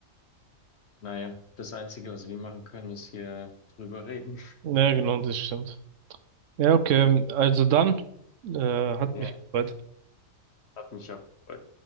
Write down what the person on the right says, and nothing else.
Ja, genau, das stimmt. Ja, okay. Also dann, äh, hat
mich gefreut.